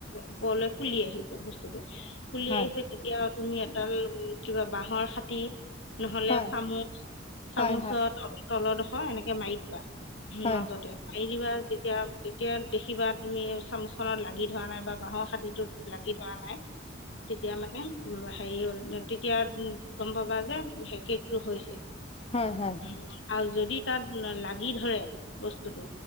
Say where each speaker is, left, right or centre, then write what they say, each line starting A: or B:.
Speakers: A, on the left; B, on the left.
A: ওপৰলৈ ফুলি আহিছে। বস্তুতটো ফুলি
B: হয়
A: আহিছে, তেতিয়া তুমি এডাল কিবা বাঁহৰ খাটি নহলে
B: হয়
A: চামুচ, চামুচৰ
B: হয় হয় হয়
A: তলৰডোখৰ এনেকে মাৰি দিবা।
B: হয়
A: মাজতে মাৰি দিবা যেতিয়া যেতিয়া দেখিবা তুমি চামুচখনত লাগি ধৰা নাই বা বাঁহৰ খাতিটোত লাগি ধৰা নাই তেতিয়া মানে উ হেৰি তেতিয়া গম পাবা যে সে হৈছে।
B: হয় হয়।
A: উম, আৰু যদি তাত লাগি ধৰে বস্তুতো